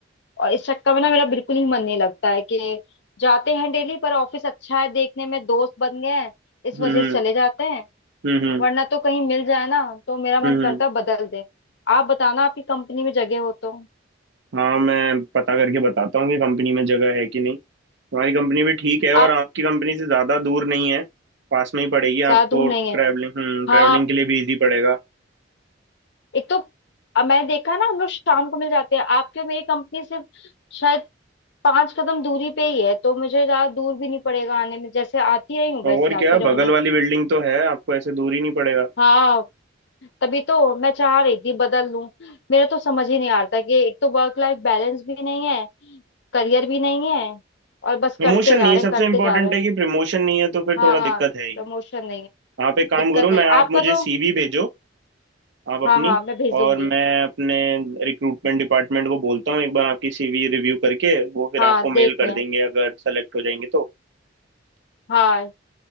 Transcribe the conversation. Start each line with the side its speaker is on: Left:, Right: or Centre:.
Left: और इस चक्कर में ना मेरा बिल्कुल ही मन नहीं लगता है कि जाते हैं डेली पर ऑफिस अच्छा है देखने में दोस्त बन गए हैं इस
Right: हम्म
Left: वजह से चले जाते हैं
Right: हम्म हम्म
Left: वरना तो कहीं मिल जाए ना तो मेरा
Right: हम्म
Left: मन करता है बदल दे आप बताना आपकी कंपनी में जगह हो तो
Right: हाँ मैं पता करके बताता हूँ कि कंपनी में जगह है कि नहीं हमारी कंपनी भी ठीक है और
Left: आप
Right: आपकी कंपनी से ज़्यादा दूर नहीं है पास में ही पड़ेगी
Left: ज्यादा
Right: आपको
Left: दूर नहीं
Right: ट्रैवलिंग
Left: है
Right: हम्म ट्रैवलिंग
Left: हाँ आप-
Right: के लिए भी इजी पड़ेगा
Left: एक तो अब मैंने देखा है ना हम लोग शाम को मिल जाते हैं आपके और मेरी कंपनी सिर्फ शायद पांच कदम दूरी पे ही है तो मुझे ज्यादा दूर भी नहीं पड़ेगा आने में जैसे आती रही हूँ
Right: और
Left: वैसे आती
Right: क्या
Left: रहूंगी
Right: बगल वाली बिल्डिंग तो है आपको ऐसे दूर ही नहीं पड़ेगा
Left: हाँ तभी तो मैं चाह रही थी बदल लूं मेरा तो समझ ही नहीं आ रहा था कि एक तो वर्क लाइफ बैलेंस भी नहीं है करियर भी नहीं है और बस
Right: प्रमोशन
Left: करते जा
Right: नहीं है
Left: रहे हैं
Right: सबसे
Left: करते
Right: इम्पोर्टेंट
Left: जा रहे हैं
Right: है कि प्रमोशन नहीं है तो फिर
Left: हाँ
Right: थोड़ा दिक्कत है ही
Left: प्रमोशन नहीं है
Right: आप एक काम
Left: दिक्कत
Right: करो
Left: नहीं
Right: मैं
Left: है।
Right: आप
Left: आपका
Right: मुझे
Left: तो
Right: सीवी भेजो आप अपनी
Left: हाँ हाँ मैं भेजूंगी
Right: और मैं अपने रिक्रूटमेंट डिपार्टमेंट को बोलता हूँ एक बार आपकी सीवी रिव्यू करके वो फिर
Left: हाँ
Right: आपको
Left: देख
Right: मेल कर
Left: लें
Right: देंगे अगर सेलेक्ट हो जाएंगे तो
Left: हाँ